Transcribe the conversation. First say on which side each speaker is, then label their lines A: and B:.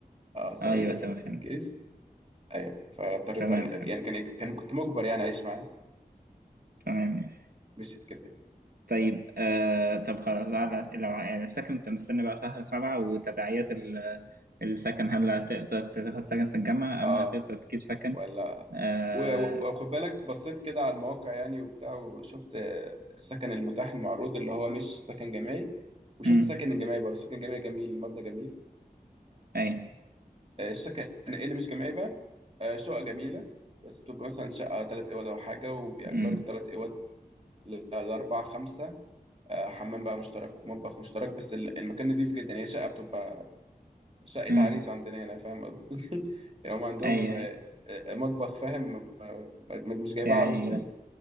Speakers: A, on the right; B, on the right.
A: اه السنه
B: ايوه
A: دي كانت في
B: تمام فهمت
A: الجيش ايوه فاضطريت
B: تمام
A: أن...
B: فهمت
A: يعني كان كان كنت مجبر يعني اعيش معاه
B: تمام ماشي
A: مشيت كده يعني.
B: طيب آه طب خلاص على لو على السكن انت مستني بقى شهر سبعة وتداعيات ال- السكن هل هتقدر تاخد سكن في الجامعة
A: اه
B: أم هتقدر تجيب سكن
A: ولا
B: آه
A: و- وخد بالك بصيت كده على المواقع يعني وبتاع وشفت السكن المتاح المعروض اللي هو مش سكن جامعي وشفت
B: أمم
A: سكن الجامعي برضه سكن جامعي جميل المبنى جميل
B: أي
A: آه، السكن إيه اللي مش جامعي بقى آه، شقق جميلة بس بتبقى مثلا شقة تلات أوض أو حاجة وبيأجروا
B: أمم
A: التلات أوض لأربعة خمسة آه، حمام بقى مشترك ومطبخ مشترك بس ال- المكان نضيف جدا هي شقة بتبقى شقة
B: أمم
A: عريس عندنا هنا فاهم قصدي <laughs> يعني هم عندهم
B: أي
A: آه،
B: أي
A: آه، مطبخ فاهم آه، م- مش جايبها
B: يعني
A: عروسة يعني